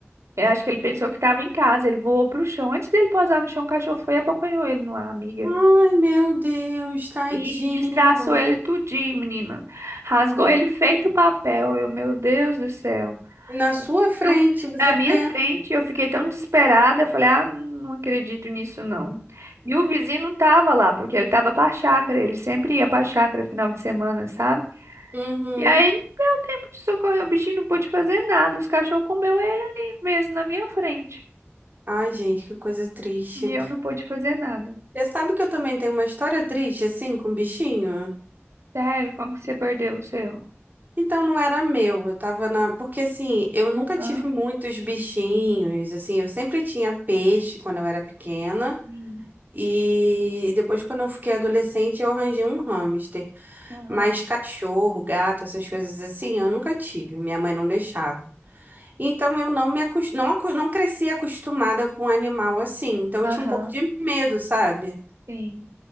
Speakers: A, on the right; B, on the right.
A: eu acho que ele pensou que tava em casa. Ele voou pro chão. Antes dele pousar no chão, o cachorro foi e abocanhou ele no ar, amiga.
B: Ai, meu Deus, tadinho.
A: E destraçou ele tudinho, menina. Rasgou ele feito papel. Eu, meu Deus do céu.
B: Na sua
A: Então,
B: frente, você
A: na minha
B: vê.
A: frente, eu fiquei tão desesperada, eu falei, ah, não acredito nisso, não. E o vizinho não tava lá, porque ele tava pra chácara, ele sempre ia pra chácara final de semana, sabe?
B: Uhum.
A: E aí não deu tempo de socorrer o bichinho, não pôde fazer nada, os cachorros comeu ele ali mesmo, na minha frente.
B: Ai, gente, que coisa triste.
A: E eu não pude fazer nada.
B: Você sabe que eu também tenho uma história triste, assim, com bichinho?
A: Sério, como que você perdeu o seu?
B: Então não era meu, eu tava na. Porque assim, eu nunca
A: Aham,
B: tive muitos bichinhos, assim, eu sempre tinha peixe quando eu era pequena.
A: sim,
B: E depois, quando eu fiquei adolescente, eu arranjei um hamster.
A: aham,
B: Mas cachorro, gato, essas coisas assim, eu nunca tive. Minha mãe não deixava. Então eu não me acos- não, acu- não cresci acostumada com animal assim. Então eu
A: aham,
B: tinha um pouco de medo, sabe?
A: sim,